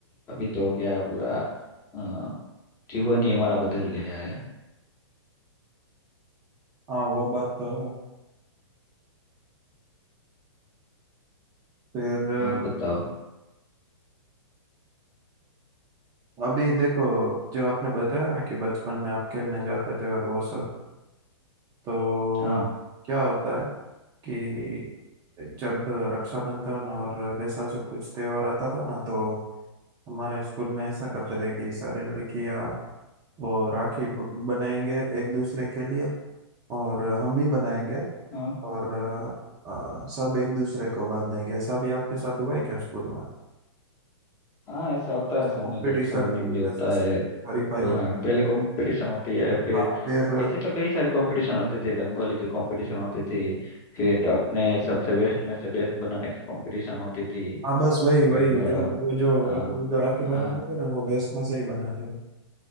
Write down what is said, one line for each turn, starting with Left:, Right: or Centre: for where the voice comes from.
Left: अभी तो क्या पूरा अ, जीवन ही हमारा बदल गया है
Right: हाँ वो बात तो है फिर अ,
Left: और बताओ
Right: अभी देखो जो आपने बताया ना कि बचपन में आप खेलने जाते थे और वो सब तो
Left: हाँ
Right: क्या होता है कि जब रक्षाबंधन और वैसा सब कुछ त्योहार आता था ना तो हमारे स्कूल में ऐसा करते थे कि सारी लड़कियां वो राखी ब- बनाएंगे एक दूसरे के लिए और हम भी बनाएंगे
Left: हाँ
Right: और अ, अ, सब एक दूसरे को बांधेंगे ऐसा भी आपके साथ हुआ है क्या स्कूल में
Left: हाँ ऐसा होता
Right: ऐसा
Left: है सामूहिक
Right: कॉम्पिटिशन
Left: रक्षाबंधन
Right: थी
Left: भी होता
Right: वैसा
Left: है
Right: हरीफाई
Left: हाँ,
Right: होते
Left: पहले कंपटीशन होती है फिर
Right: हाँ फिर
Left: ऐसे तो कई सारे कंपटीशन होते थे रंगोली की कंपटीशन होती थी फिर अपने हिसाब से वेस्ट में से बेस्ट बनाने की कंपटीशन होती थी
Right: हाँ बस वही वही
Left: फिर अ,
Right: जो वो जो
Left: अ,
Right: वो जो राखी बनाते
Left: हाँ
Right: थे ना वो वेस्ट में से ही बनाते थे